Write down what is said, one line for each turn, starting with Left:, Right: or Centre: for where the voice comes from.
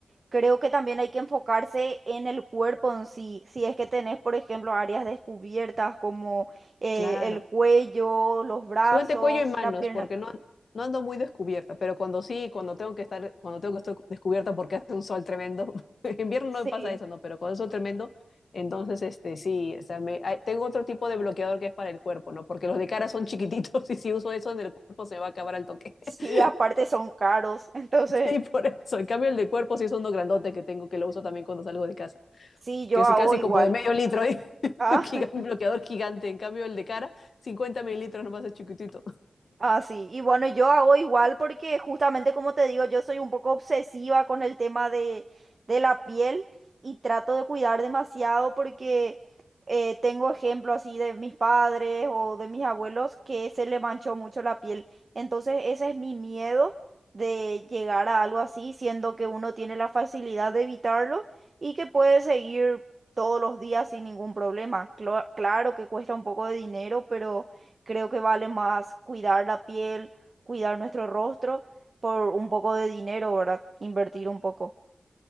Right: creo que también hay que enfocarse en el cuerpo en sí. Si es que tenés, por ejemplo, áreas descubiertas como eh,
Left: Claro.
Right: el cuello, los brazos,
Left: Súbete cuello y manos,
Right: la pierna.
Left: porque no, no ando muy descubierta, pero cuando sí, cuando tengo que estar, cuando tengo que estar descubierta porque hace un sol tremendo, <laughs> en invierno
Right: Sí.
Left: no me pasa eso, no, pero cuando es sol tremendo, entonces este sí, o sea, me, hay- tengo otro tipo de bloqueador que es para el cuerpo, ¿no? Porque los de cara son chiquititos <laughs> y si uso eso en el cuerpo se me va a acabar al toque.
Right: Sí,
Left: <laughs>
Right: aparte son caros. <laughs> Entonces,
Left: Sí, por eso. En cambio, el de cuerpo sí es uno grandote que tengo, que lo uso también cuando salgo de casa.
Right: sí, yo
Left: que es
Right: hago
Left: casi
Right: igual.
Left: como de medio litro, ¿eh? <laughs>
Right: Ah,
Left: Un Giga- un bloqueador gigante. En cambio, el de cara, 50 mililitros nomás es chiquitito.
Right: Ah, sí, y bueno, yo hago igual porque justamente como te digo, yo soy un poco obsesiva con el tema de, de la piel y trato de cuidar demasiado porque eh, tengo ejemplos así de mis padres o de mis abuelos que se le manchó mucho la piel. Entonces ese es mi miedo de llegar a algo así, siendo que uno tiene la facilidad de evitarlo y que puede seguir todos los días sin ningún problema. Clo- claro que cuesta un poco de dinero, pero creo que vale más cuidar la piel, cuidar nuestro rostro por un poco de dinero, ¿verdad? Invertir un poco.